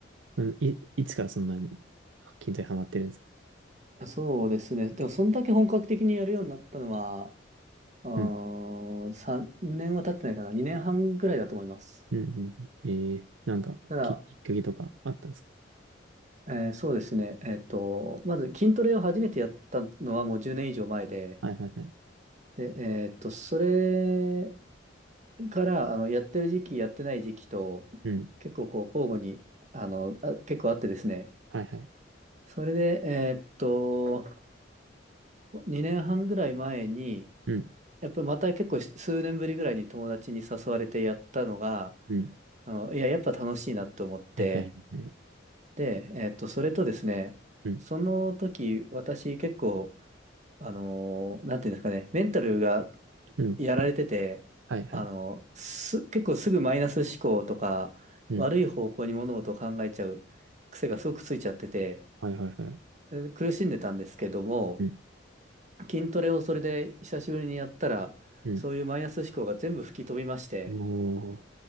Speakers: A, on the right; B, on the right.
A: うんい、いつからそんなに筋トレハマってるんですか
B: そうですね。でも、そんだけ本格的にやるようになったのは、うーん、
A: うん、
B: 3年は経ってないかな。2年半ぐらいだと思います。
A: うん、うん。ええ。なんか、
B: ただ、
A: き、きっかけとかあったんですか
B: えーそうですね。えっと、まず筋トレを初めてやったのはもう10年以上前で、
A: はいはいはい。
B: で、えっと、それから、あの、やってる時期、やってない時期と、
A: うん、
B: 結構こう、交互に、あの、あ、結構あってですね。
A: はいはい。
B: それで、えーっと、2年半ぐらい前に、
A: うん、
B: やっぱりまた結構数年ぶりぐらいに友達に誘われてやったのが、
A: うん。
B: あの、いや、やっぱ楽しいなって思って、
A: はいはいはい。
B: で、えーっと、それとですね、
A: うん、
B: その時、私結構、あのーなんていうんですかね、メンタルが
A: うん。
B: やられてて、
A: はいはい。
B: あの、す、結構すぐマイナス思考とか、
A: うん、
B: 悪い方向に物事を考えちゃう癖がすごくついちゃってて、
A: はいはいはい。
B: で苦しんでたんですけども、
A: うん、
B: 筋トレをそれで久しぶりにやったら、
A: うん。
B: そういうマイナス思考が全部吹き飛びまして、
A: おー。